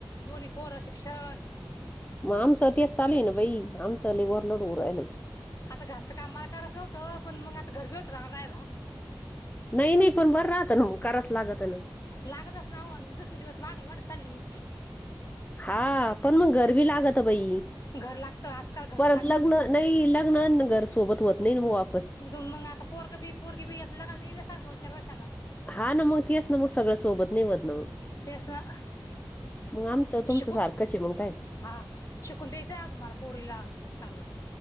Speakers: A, on the left; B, on the left.
A: दोन्ही पोरं शिक्षण.
B: मग आमचा ते चालू आहे ना बाई आमचं लय ओव्हरलोड होऊन राहिलं.
A: आता घरचं काम मला करायच होत पण मग आता घरबी होतं नाय रायला.
B: नाही नाही पण बरं राहतं ना ग करायच लागत ना.
A: लागतच नाव दिवसून दिवस महागाई वाढत चालली.
B: हा पण मग घर बी लागत बाई
A: घर लागतं आजकाल घरच
B: परत
A: लागतं.
B: लग्न नाही लग्न आणि घर सोबत होत नाही न बुवा.
A: म्हणून मग आता पोरग बी पोरगी बी लग्नाला येल ना सांग दोन चार वर्षांन,
B: हा ना मग तेच ना मग सगळ सोबत नाही होत ना
A: तेच ना
B: आ मचं तुमच
A: शिकू
B: सारखंच ये भौ काय,
A: हा शिकून द्यायचं अजून मला पोरीला चांगलं.